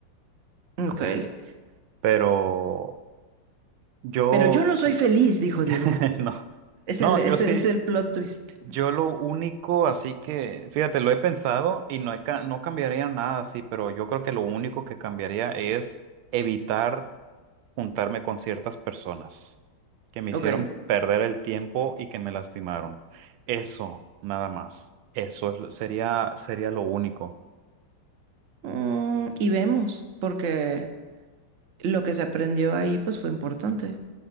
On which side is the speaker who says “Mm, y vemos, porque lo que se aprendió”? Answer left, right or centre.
Right